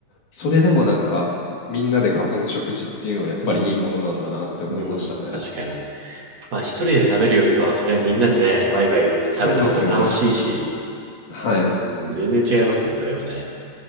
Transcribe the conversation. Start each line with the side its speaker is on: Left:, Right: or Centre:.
Left: それでもなんかみんなで囲む食事っていうのはやっぱりいいものなんだなって思いましたね。
Right: うん。うん。確かに。まあ一人で食べるよりかは、それはみんなでね、ワイワイ食べた方が楽しいし、
Left: そうですよね。はい。
Right: うん、全然違いますね、それはね。